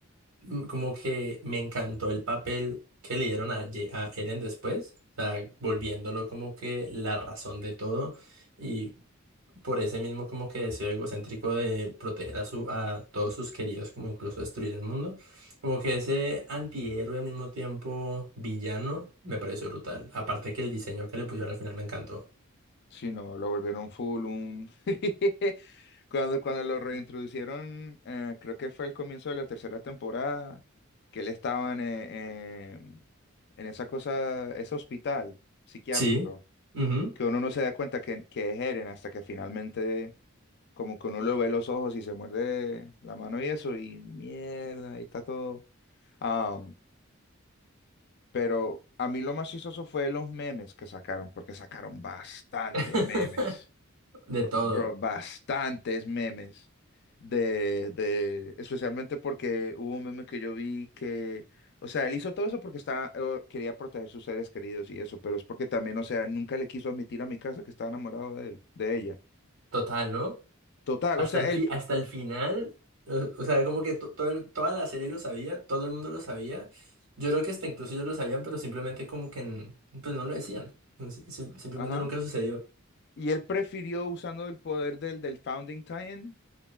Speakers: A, on the right; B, on the left.
A: mm, como que me encantó el papel que le dieron a, Ye- a Eren después, o sea, volviéndolo como que la razón de todo y por ese mismo como que deseo egocéntrico de proteger a, su, a todos sus queridos, como incluso destruir el mundo, como que ese antihéroe al mismo tiempo villano me pareció brutal, aparte que el diseño que le pusieron al final me encantó.
B: Sí, no, lo volvieron full un... <laughs> Cuando, cuando lo reintroducieron, eh, creo que fue al comienzo de la tercera temporada, que él estaba en, eh, en, en esa cosa, ese hospital psiquiátrico,
A: Sí. ujú.
B: que uno no se da cuenta que, que es Eren hasta que finalmente como que uno le ve los ojos y se muerde la mano y eso, y mierda, ahí está todo. Am, pero a mí lo más chistoso fue los memes que sacaron, porque sacaron bastante
A: <laughs>
B: memes.
A: De
B: Bro,
A: todo,
B: bastantes memes de, de, especialmente porque hubo un meme que yo vi que, o sea, él hizo todo eso porque estaba, eh, quería proteger sus seres queridos y eso, pero es porque también, o sea, nunca le quiso admitir a mi casa que estaba enamorado de él, de ella.
A: total, ¿no?
B: Total,
A: Hasta
B: o sea,
A: el fi-
B: él, pre-
A: hasta el final, eh, o sea, como que to- todo el- toda la serie lo sabía, todo el mundo lo sabía. Yo creo que hasta incluso ellos lo sabían, pero simplemente como que n- pues no lo decían. Sim- sim- simplemente
B: ajá,
A: nunca sucedió.
B: y él prefirió usando el poder del, del Founding Time,